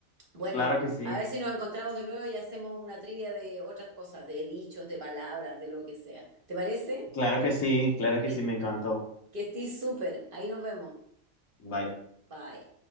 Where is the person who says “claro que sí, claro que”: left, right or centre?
Left